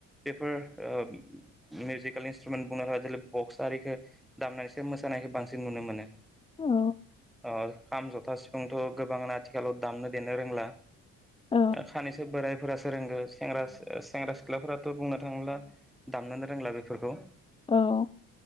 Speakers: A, in the centre; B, on the left.
A: बेफोर ओ मिउजिकेलनि <unintelligible> <inaudible> बक्स आरिखौ दामनानैसो मोसानायखौ बांसिन नुनो मोनो।
B: औ।
A: अ खाम, जथा, सिफुंथ' गोबाङानो आथिखालाव दामनो देनो रोंला।
B: औ
A: खानैसो बोरायफोरासो रोंगो सेंग्रा ओ सेंग्रा सिख्लाफोराथ' बुंनो थाङोब्ला दामनोनो रोंला बेफोरखौ।
B: औ।